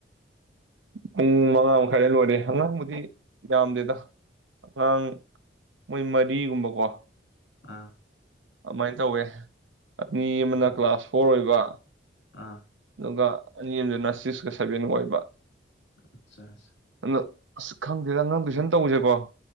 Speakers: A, on the right (about 85°); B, on the left (about 70°).
A: ꯄꯨꯡ ꯃꯉꯥ ꯃꯈꯥꯏꯗ ꯂꯣꯏꯔꯦ ꯑꯉꯥꯡꯕꯨꯗꯤ ꯌꯥꯝꯗꯦꯗ ꯑꯉꯥꯡ ꯃꯣꯏ ꯃꯔꯤꯒꯨꯝꯕꯀꯣ
B: ꯑꯥ
A: ꯑꯗꯨꯃꯥꯏꯅ ꯇꯧꯋꯦ ꯑ ꯃꯤ
B: ꯑꯣ
A: ꯑꯃꯅ ꯀ꯭ꯂꯥꯁ ꯐꯣꯔ ꯑꯣꯏꯕ
B: ꯑꯥ
A: ꯑꯗꯨꯒ ꯑꯅꯤ ꯑꯦꯝꯗꯨꯅ ꯁꯤꯛꯁꯀ ꯁꯚꯦꯟ ꯑꯣꯏꯕ
B: ꯑꯠꯆꯥ ꯑꯁ
A: ꯑ ꯑꯁ ꯈꯪꯗꯦꯗ ꯅꯪ ꯇꯨꯏꯁꯟ ꯇꯧꯁꯦꯀꯣ